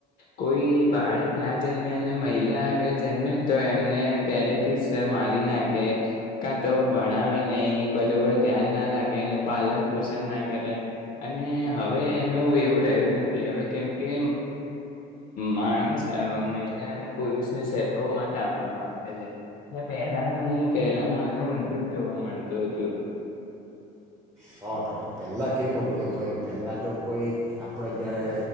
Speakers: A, on the left; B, on the right.
A: કોઈ બાળક ના જન્મે અને મહિલા આગળ જન્મે ને તો એમને પેલેથી મારી નાખ કે કા તો ભણાવે નહી બધ ધ્યાન ના રાખે એનું પાલન પોષણ ના કરે અને હવે એનું એવું રહ્યું નથી હવે કેમકે માણસ મહિલા અને પુરુષને સરખો મત આપવા માંગે છે અને પહેલાનું હું પહેલામાં આનું ઊંધું જોવા મળતું હતું.
B: સો ટકા પહેલાં કેવું હતું કે ભાઈ પહેલાં જો કોઈક આપણે જ્યારે